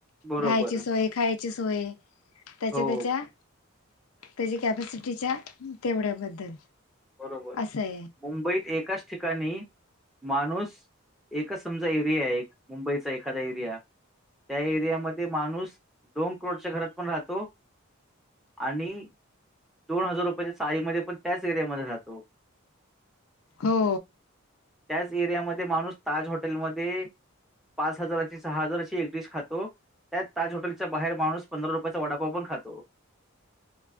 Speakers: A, in the centre; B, on the left.
A: बरोबर.
B: राहायची सोय, खायची सोय त्याच्या
A: हो
B: त्याच्या त्याची कॅपसिटीच्या, तेवढ्याबद्दल.
A: बरोबर,
B: असं आहे
A: मुंबईत एकाच ठिकाणी, माणूस एकच समजा एरिया एक, मुंबईचा एखादा एरिया. त्या एरियामध्ये माणूस, दोन करोडच्या घरात पण राहतो. आणि, दोन हजार रुपयाच्या चाळीमध्ये पण त्याच एरिया मध्ये राहतो.
B: हो.
A: त्याच एरियामध्ये माणूस ताज हॉटेलमध्ये पाच हजाराची, सहा हजाराची एक डिश खातो. त्याच ताज हॉटेलच्या बाहेर माणूस पंधरा रुपयाचा वडापाव पण खातो.